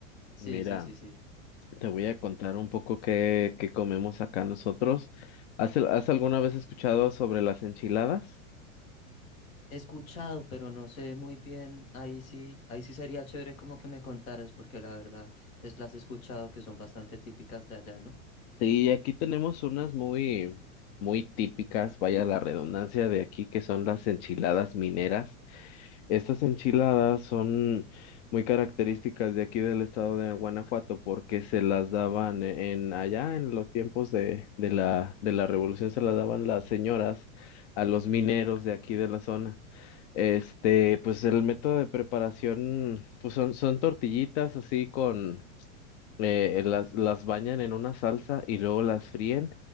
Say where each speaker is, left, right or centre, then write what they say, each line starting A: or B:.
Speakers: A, on the left (about 80°); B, on the left (about 55°).
A: Sí,
B: Mira,
A: sí, sí, sí.
B: te voy a contar un poco qué, qué comemos acá nosotros. ¿Has, has alguna vez escuchado sobre las enchiladas?
A: He escuchado, pero no sé muy bien. Ahí sí, ahí sí sería chévere como que me contaras, porque la verdad es las he escuchado que son bastante típicas de allá, ¿no?
B: Sí, aquí tenemos unas muy, muy típicas, vaya la redundancia de aquí, que son las enchiladas mineras. Estas enchiladas son muy características de aquí del estado de Guanajuato porque se las daban e, en allá en los tiempos de, de la, de la revolución se las daban las señoras a los mineros de aquí de la zona. Este, pues el método de preparación, pues son, son tortillitas así con, eh, las, las bañan en una salsa y luego las fríen